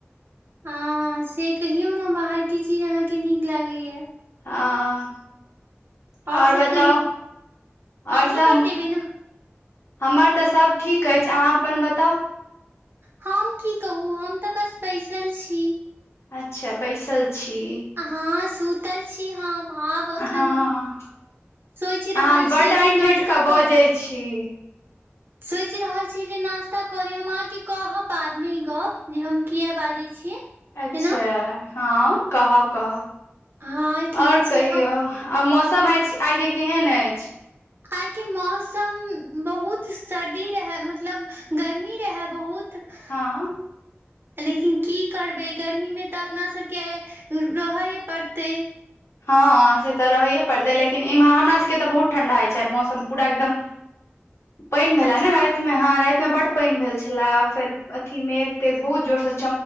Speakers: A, on the right; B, on the left.
A: हँ से कहियौ न बाहर केँ चीज अहाँ कऽ नीक लागै यऽ
B: हऽ
A: आओर
B: <inaudible> और
A: सब
B: बताउ
A: कहियौ
B: <inaudible> और
A: अहीं
B: सब
A: बतेबै ने
B: हमर तऽ सब ठीक ऐछ अहाँ अपन बताउ
A: हम की कहू हम तऽ बस बैसल छी
B: अच्छा बैसल छी
A: हँ सुतल छी हम आब एखन
B: हँ
A: सोच
B: अहाँ
A: रहल
B: बड्ड
A: छियै
B: ऐंठि
A: जे नास्ता
B: ऐंठि कऽ बजै
A: करी
B: छी
A: सोच रहल छी जे नास्ता कऽ री हम अहाँ केँ कहब बाद में ई गप जे हम किया बाजै छियै
B: अच्छा
A: एना
B: हँ कहब कहब
A: हँ ठीक
B: <inaudible> और कहियौ
A: छै हम
B: आ मौसम आ छै आइ केँ केहन अछि
A: आइके मौसम बहुत सर्दी रहै मतलब गर्मी रहै बहुत
B: हँ
A: <inaudible> लेकिन की करबै गर्मीमे तऽ अपना सबके रहऽए पड़तै
B: हँ से तऽ रहैे पड़तै लेकिन इमह हमरा सबके तऽ बहुत ठंडा होइ छै मौसम पूरा एकदम
A: <inaudible>
B: पानि भेला
A: अच्छा
B: ने राति मे हँ राति में बड पानि भेल छले फेर अथी मेघ तेघ बहुत जोरसँ